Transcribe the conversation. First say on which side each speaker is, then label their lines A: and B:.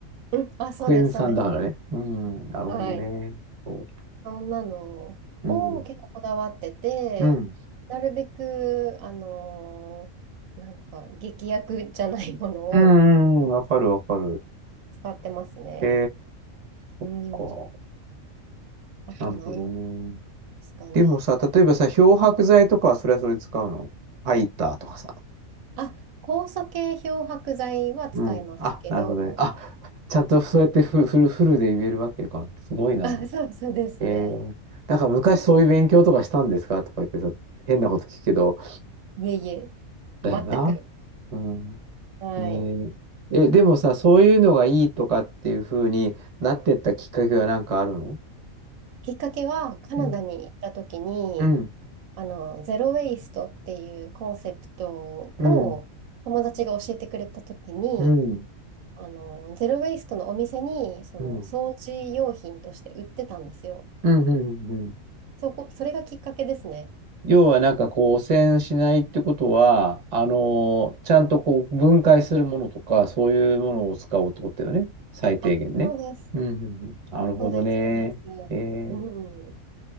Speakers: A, on the right; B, on the right.
A: うん、あ、そうです、
B: クエン酸だからね。
A: そうです。
B: うん。なるほどね。
A: はい。
B: そ
A: そんなのを結構こだわってて、
B: う。うん。うん。
A: なるべく、あのーなんか、劇薬じゃないものを
B: うん、うんわかるわかる。
A: 使ってますね。
B: えー、
A: うん。
B: そっ
A: あと何で
B: か。なるほどね。
A: すかね。
B: でもさ、例えばさ、漂白剤とかはそれはそれで使うのハイターとかさ。
A: あ、酵素系漂白剤は使いますけど、
B: うん。あ、なるほどね。あ、<laughs> ちゃんとそうやってフ、フル、フルで言えるわけか。すごいな。
A: <laughs> あ、そう、そうですね。
B: えー、なんか昔そういう勉強とかしたんですかとか言ってさ、
A: 酵素
B: 変なこと聞くけど、
A: いえいえ、
B: だよな。
A: 全く。
B: うん。
A: はい。
B: ねえ。え、でもさ、そういうのがいいとかっていうふうになってったきっかけはなんかあるの
A: きっかけは、カナダに行った時に、
B: うん。うん。
A: あの、ゼロ・ウェイストっていうコンセプトを友達が教えてくれたときに、
B: うん。うん。
A: あの、ゼロ・ウェイストのお店に、その、
B: うん。
A: 掃除用品として売ってたんですよ。
B: うん。うん。うん。
A: そこ、それがきっかけですね。
B: 要はなんかこう汚染しないってことは、あのちゃんとこう分解するものとか、そういうものを使おうってことだよね。最低限ね。
A: あ、そうです。
B: うんうんうん。なるほどね。
A: そうです、そうです。
B: え
A: うん。
B: ー